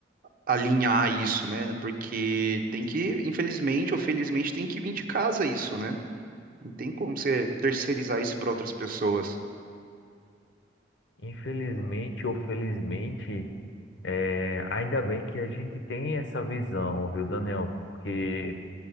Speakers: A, on the right (about 50°); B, on the left (about 75°).
A: alinhar isso, né? Porque tem que, infelizmente ou felizmente, tem que vir de casa isso, né? Não tem como você terceirizar isso para outras pessoas.
B: infelizmente ou felizmente, é, ainda bem que a gente tem essa visão, viu, Daniel? Porque